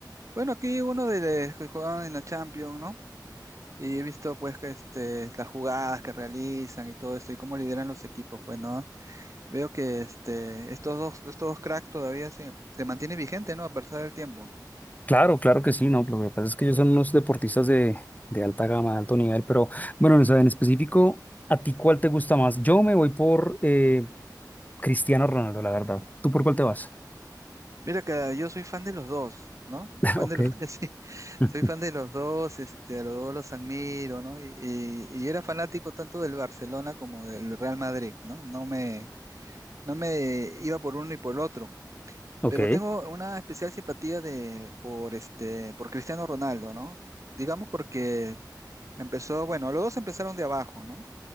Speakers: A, on the right; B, on the left.
A: Bueno, aquí uno de los que jugaban en la Champions, ¿no? Y he visto pues que, este, las jugadas que realizan y todo esto y cómo lideran los equipos, pues, ¿no? Veo que este, estos dos, estos dos cracks todavía se, se mantienen vigentes, ¿no? A pesar del tiempo.
B: Claro, claro que sí, no, pero lo que pasa es que ellos son unos deportistas de, de alta gama, de alto nivel, pero bueno, o sea, en específico, ¿a ti cuál te gusta más? Yo me voy por eh, Cristiano Ronaldo, la verdad. ¿Tú por cuál te vas?
A: Mira que yo soy fan de los dos, ¿no? Soy
B: <laughs>
A: fan
B: Ok.
A: de los <laughs> sí,
B: <laughs>
A: soy fan de los dos, este, a los dos los admiro, ¿no? Y, y- y era fanático tanto del Barcelona como del Real Madrid, ¿no? No me, no me iba por uno y por el otro.
B: Ok,
A: Pero tengo una especial simpatía de, por este, por Cristiano Ronaldo, ¿no? Digamos porque empezó, bueno, los dos empezaron de abajo, ¿no?